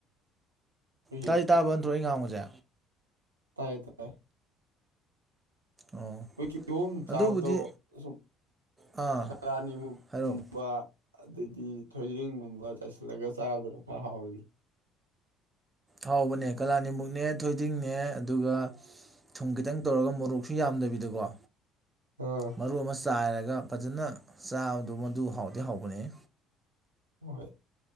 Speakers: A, on the right; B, on the right.
A: ꯑꯩꯈꯣꯏꯒꯤ
B: ꯇꯥꯗꯤ ꯇꯥꯕ ꯅꯠꯇ꯭ꯔꯣ ꯑꯩ ꯉꯥꯡꯕꯁꯦ
A: ꯇꯥꯏꯌꯦ ꯇꯥꯏ
B: ꯑꯣ
A: ꯍꯧ ꯀꯤꯍꯣꯝ ꯆꯥꯕꯗꯣ
B: ꯑꯗꯨꯕꯨꯗꯤ
A: ꯁꯨꯝ
B: ꯑꯥ
A: ꯀꯔꯥꯅꯤꯃꯨꯛꯀꯨꯝꯕ
B: ꯍꯥꯏꯔꯛꯑꯣ
A: ꯑꯗꯩꯗꯤ ꯊꯣꯏꯗ꯭ꯔꯤꯡꯒꯨꯝꯕ ꯆꯥꯏꯁꯤꯜꯂꯒ ꯆꯥꯕꯗꯨꯅ ꯈꯔ ꯍꯥꯎꯋꯅꯤ
B: ꯍꯥꯎꯕꯅꯦ ꯀꯂꯥꯅꯤꯃꯨꯛꯅꯦ ꯊꯣꯏꯗꯤꯡꯅꯦ ꯑꯗꯨꯒ ꯊꯨꯝ ꯈꯤꯇꯪ ꯇꯧꯔꯒ ꯃꯣꯔꯣꯛꯁꯨ ꯌꯥꯝꯗꯕꯤꯗꯀꯣ
A: ꯑꯥ
B: ꯃꯔꯨ ꯑꯃ ꯆꯥꯏꯔꯒ ꯐꯖꯅ ꯆꯥꯕꯗꯣ ꯃꯗꯨ ꯍꯥꯎꯗꯤ ꯍꯥꯎꯕꯅꯦꯍꯦ
A: ꯍꯣꯏ